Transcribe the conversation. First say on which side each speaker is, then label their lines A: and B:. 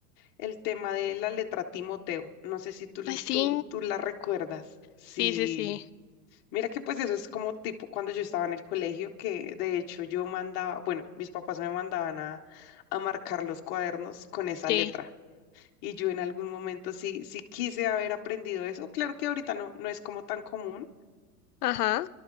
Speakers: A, on the left; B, on the left.
A: el tema de la letra Timoteo. No sé si tú, l-
B: Ay, sí,
A: tú, tú la recuerdas. Sí.
B: sí, sí, sí,
A: Mira que pues eso es como tipo cuando yo estaba en el colegio, que de hecho yo mandaba, bueno, mis papás me mandaban a, a marcar los cuadernos con esa
B: sí.
A: letra. Y yo en algún momento sí, sí quise haber aprendido eso. Claro que ahorita no, no es como tan común,
B: Ajá.